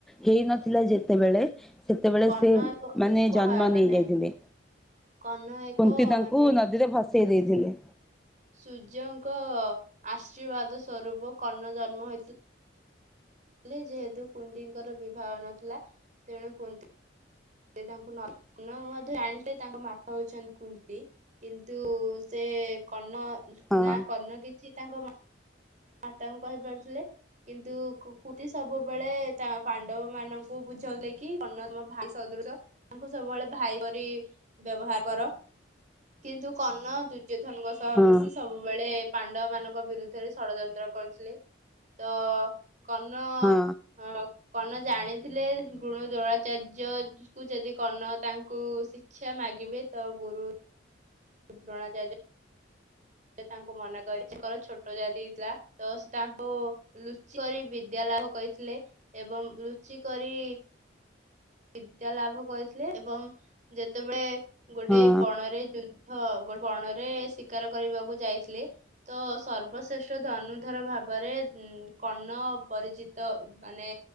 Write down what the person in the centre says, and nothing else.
ହେଇ ନଥିଲା ଯେତେବେଳେ ସେତେବେଳେ
ସେ
ମାନେ
ଜନ୍ମ
ନେଇଯାଇ ଥିଲେ।
କୁନ୍ତି ତାଙ୍କୁ
ନଦୀରେ ଭସେଇ ଦେଇଥିଲେ।
ହଁ
ହଁ
ହଁ
ହଁ